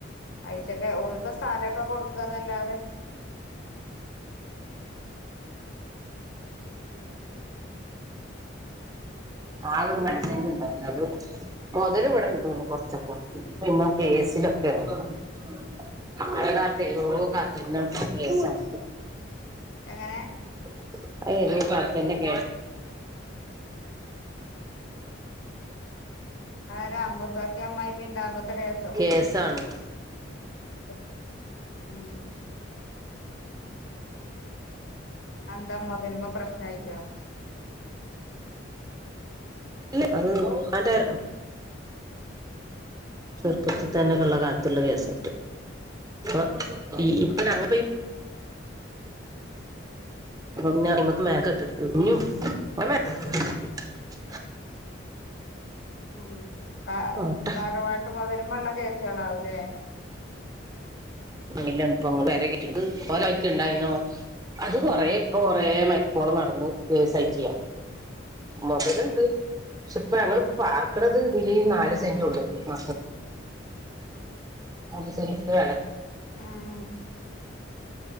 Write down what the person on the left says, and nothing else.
അഴച്ചൊക്കെ ഓക്ക സ്ഥലം ഒക്കെ കൊടുക്കുകന്നല്ലാതെ?
എങ്ങനെ
ആ അമ്മത്തോക്കെ അമ്മായിയമ്മ ഉണ്ടാവോ
<unintelligible> എന്താ മൊതലിൻ മേൽ പ്രശ്നം ആയിട്ടോ?
ഉം. ത
തറവാട്ട് മുതലുമേലുള്ള കേസുകളാല്ലേ?
ഉം
ഉം